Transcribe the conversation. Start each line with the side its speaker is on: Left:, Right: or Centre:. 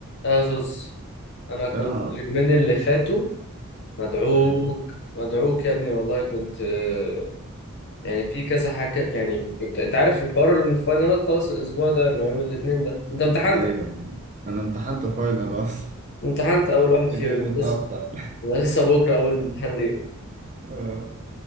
Left: ازوس انا كنت
Right: اه
Left: اليومين اللي فاتوا مدعوك
Right: ايوه
Left: مدعوك يا ابني والله كنت آه، يعني في كذا حاجه يعني انت أنت عارف الحوار الفاينالات خلاص الاسبوع ده اللي هو يوم الاثنين ده انت امتحنت
Right: ايوه انا امتحنت فاينل اصلا
Left: امتحنت اول
Right: <laughs>
Left: واحد فيهم
Right: انت جاي متاخر
Left: لسه ولسه بكره اول امتحان ليه
Right: اه